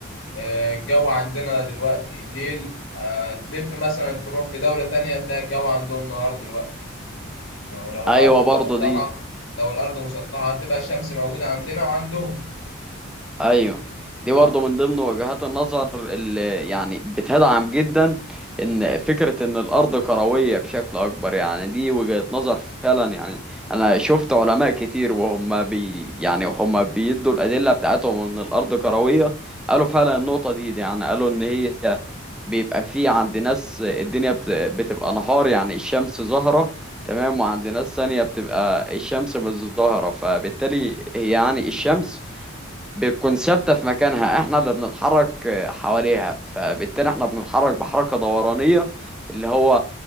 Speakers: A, on the left; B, in the centre.
A: آه، الجو عندنا دلوقتي ليل آه، تلف مثلا تروح في دوله تانية تلاقي الجو عندهم نهار دلوقتي ما هو لو الارض
B: ايوه
A: مسطحه
B: برضه دي
A: لو الارض مسطحه هتبقى الشمس موجوده عندنا وعندهم
B: ايوه دي برضه
A: صح
B: من ضمن وجهات النظر اللي يعني بتدعم جدا ان فكره ان الارض كرويه بشكل اكبر يعني دي وجهه نظر فعلا يعني انا شفت علماء كتير وهم بي يعني وهم بيدوا الادله بتاعتهم ان الارض كرويه قالوا فعلا النقطه دي, دي يعني قالوا ان هي بيبقى في عند ناس الدنيا بت- بتبقى نهار يعني الشمس ظاهرة تمام وعند ناس ثانية بتبقى الشمس مش ظاهرة فبالتالي هي يعني الشمس بتكون ثابتة في مكانها احنا اللي بنتحرك آه، حواليها فبالتالي احنا بنتحرك بحركة دورانية اللي هو